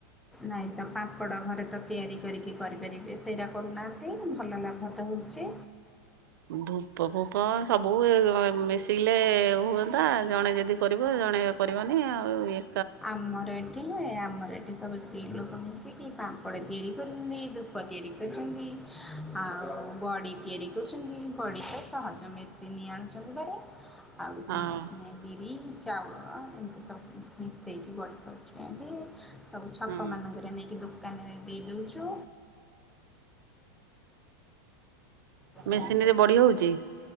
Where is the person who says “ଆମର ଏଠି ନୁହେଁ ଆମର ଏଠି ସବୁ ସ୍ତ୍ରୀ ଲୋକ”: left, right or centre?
Centre